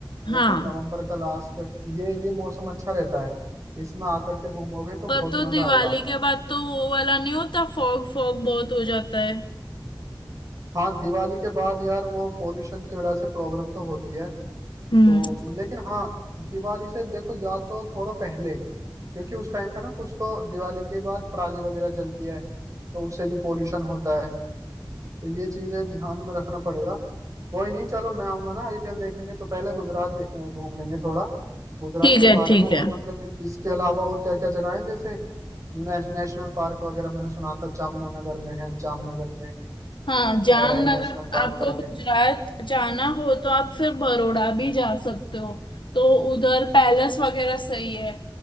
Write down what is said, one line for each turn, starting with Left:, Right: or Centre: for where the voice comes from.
Left: हाँ
Right: या फिर नवंबर का लास्ट ये ये मौसम अच्छा रहता है इसमें आकर के घूमोगे तो
Left: पर
Right: बहुत
Left: तो
Right: मजा
Left: दिवाली
Right: आएगा
Left: के बाद तो वो वाला नहीं होता फॉग फॉग बहुत हो जाता है
Right: हाँ दिवाली के बाद यार वो पोल्यूशन की वजह से प्रॉब्लम तो होती है
Left: हम्म
Right: तो लेकिन हाँ दिवाली से देखो या तो थोड़ा पहले क्योंकि उस टाइम पे ना कुछ तो दिवाली के बाद पराली वगैरह जलती है तो उससे भी पोल्यूशन होता है तो ये चीजें ध्यान में रखना पड़ेगा कोई नहीं चलो मैं आऊंगा ना आईपीएल देखेंगे तो पहले गुजरात दे- अ, घूम लेंगे थोड़ा गुजरात
Left: ठीक
Right: के
Left: है
Right: बारे
Left: ठीक
Right: में और
Left: है
Right: मतलब इसके अलावा और क्या क्या जगह है जैसे नेश, नेशनल पार्क वगैरह मैंने सुना था जामनगर में है जामनगर में
Left: हाँ जामनगर
Right: मेराई नेशनल पार्क
Left: आपको
Right: करके
Left: गुजरात जाना हो तो आप फिर बड़ौदा भी जा सकते हो तो उधर पैलेस वगैरह सही है